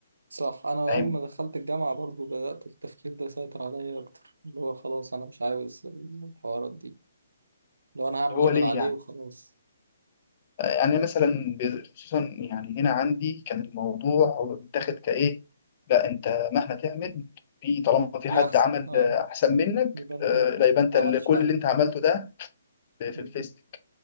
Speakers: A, on the right; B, on the left.
A: صح انا
B: فاهم
A: اول ما دخلت الجامعه برضو بدات التفكير ده يسيطر عليا اكتر اللي هو خلاص انا مش عاوز الحوارات دي لو انا
B: اللي
A: هعمل اللي
B: هو
A: اقدر
B: ليه
A: عليه
B: يعني
A: وخلاص
B: يعني مثلا بي- خصوصا يعني هنا عندي كان الموضوع هو بيتاخد كايه لا انت مهما تعمل في طالما في
A: دي
B: حد
A: احسن
B: عمل
A: اه
B: آه، احسن منك
A: يبقى انت
B: آه،
A: ما
B: لا يبقى انت ال-
A: عملتش
B: كل
A: حاجه
B: اللي انت عملته ده في في
A: بالظبط.
B: الفيسبوك